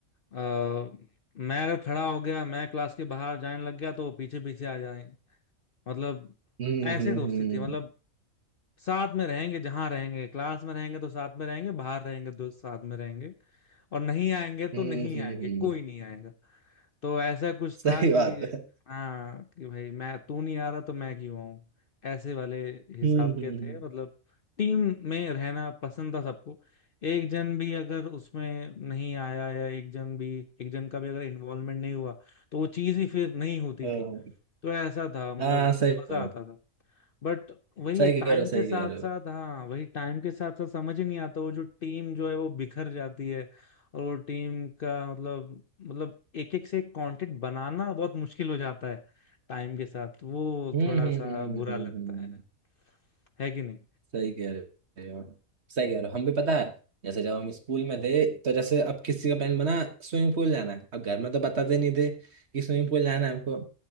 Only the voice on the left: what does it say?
अ, मैं अगर खड़ा हो गया मैं क्लास के बाहर जाने लग गया तो वो पीछे पीछे आ जाए मतलब
ऐसे
दोस्ती
थी मतलब साथ में रहेंगे जहां रहेंगे क्लास में रहेंगे तो साथ में रहेंगे बाहर रहेंगे तो साथ में रहेंगे और नहीं आएंगे तो
नहीं
आएंगे
कोई नहीं आएगा तो ऐसा कुछ
था कि
हाँ कि भाई मैं तू नहीं आ रहा तो मैं क्यों आऊं ऐसे वाले हिसाब
के
थे मतलब टीम में रहना पसंद था सबको एक जन भी अगर उसमें नहीं आया या एक जन भी एक जन का भी अगर इन्वॉल्वमेंट नहीं हुआ तो वो चीज ही फिर नहीं होती
थी तो ऐसा था मतलब
मजा
आता था बट वही
है टाइम
के
साथ
साथ हाँ वही टाइम के साथ साथ समझ ही नहीं आता वो जो टीम जो है वो बिखर जाती है और वो टीम का मतलब मतलब एक एक से एक कांटेक्ट बनाना बहुत मुश्किल हो जाता है टाइम के साथ वो
थोड़ा
सा
बुरा
लगता
है है कि नहीं